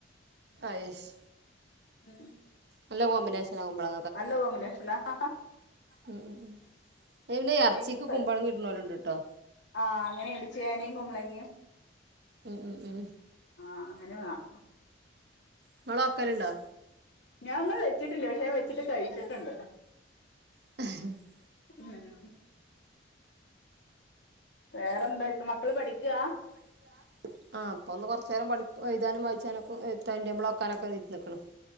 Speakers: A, on the right; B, on the left.
A: ആയസ്
B: ഉം
A: നല്ല കോമ്പിനേഷനാവുമ്പോള
B: അല്ലകോമ്പിനേശനാ <unintelligible>
A: ഉം ഉം ഉം പിന്നെ ഇറച്ചിക്ക്
B: ബീഫ്
A: കുമ്പളങ്ങടുന്നവര് ആണ്ട് ട്ടോ
B: ആഹ് അങ്ങനെയുണ്ട് ചേനയും കുമ്പളങ്ങയും
A: ഉം ഉം ഉം
B: ആഹ് അങ്ങനെ വേണം
A: നിങ്ങളെ ആക്കലുണ്ടോ
B: ഞാൻ നിങ്ങൾ വെച്ചിട്ടില്ല പക്ഷെ ഞാൻ വെച്ചിട്ട് കഴിച്ചിട്ടുണ്ട്
A: <unintelligible>
B: ഉം വേറെന്താ മക്കള് പഠിക്കാ
A: <unintelligible> പഠിക്ക ആ അപ്പൾ ഒന്ന് കുറച്ച് നേരം പഠി എഴുതാനും വായിച്ചാനൊക്കെ എഹ് ടൈംടേബള്ളാക്കാനൊക്കെ ഇതി നിൽക്കണ്